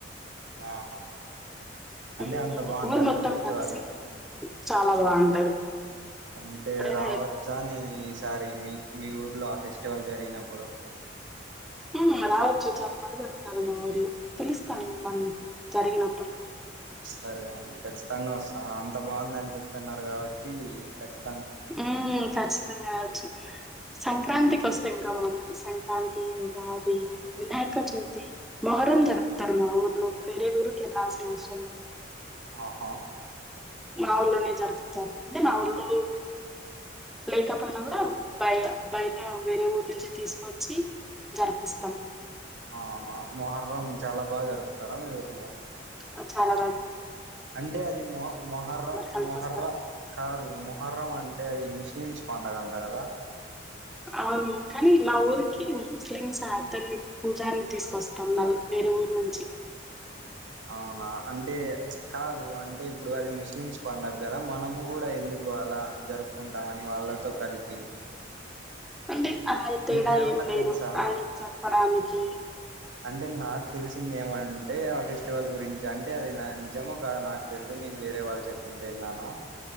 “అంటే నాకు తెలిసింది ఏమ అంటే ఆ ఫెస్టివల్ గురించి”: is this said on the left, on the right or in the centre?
Right